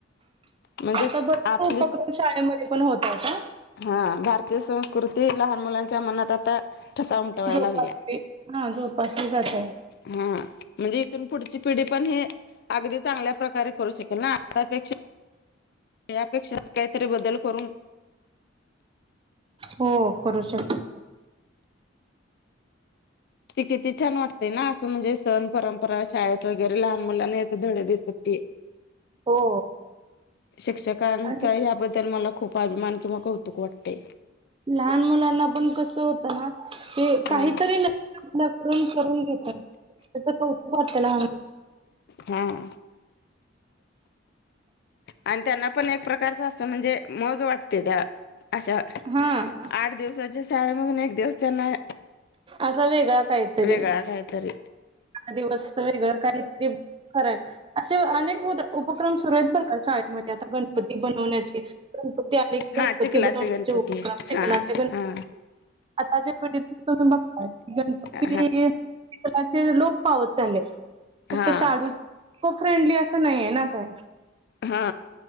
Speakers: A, on the left; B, on the right.
A: म्हणजे
B: आता बर
A: आपली
B: उपक्रम शाळेमध्ये पण होतय का,
A: हा भारतीय संस्कृती लहान मुलांच्या मनात आता ठसा उमटवायला
B: जोप
A: लागल्या
B: हा जोपासली जातय
A: हा म्हणजे इथून पुढची पिढी पण हे अगदी चांगल्या प्रकारे करू शकेल ना आपेक्षा यापेक्षा काहीतरी बदल करून
B: हो करू शक
A: ती किती छान वाटते ना असं म्हणजे सण परंपरा शाळेत वगैरे लहान मुलांना याेत धडे दिसत ती
B: हो
A: शिक्षकांचा
B: आणि
A: याबद्दल मला खूप अभिमान किंवा कौतुक वाटते.
B: लहान मुलांना पण कसं होतं ना हे
A: ह
B: काहीतरी न, ल करून करून घेतात त्या त उ वाटत,
A: हां आणि त्यांना पण एक प्रकारच असत म्हणजे मोज वाटते त्या अशा
B: हा
A: आठ दिवस शाळेमधून एक दिवस त्यांना
B: असा वेगळा काहीतरी
A: वेगळा काहीतरी
B: दिवस वेगळं काहीतरी खराय असे अनेक उपक्रम सुरू आहेत बरं का ाळे म्हणजे आता गणपती बनवण्याचे गणपती आले की
A: हा
B: गणपती
A: चिखलाचे
B: बनवम
A: गणपती
B: कलाचे
A: हा
B: गणपती
A: हा
B: आताच्या पिढीत तुम्ही बघताय गणपती
A: हा
B: लाचे लोक पावत चालेत फक्त
A: हा
B: शाडू को फ्रेंडली असं नाहीये ना काय
A: हा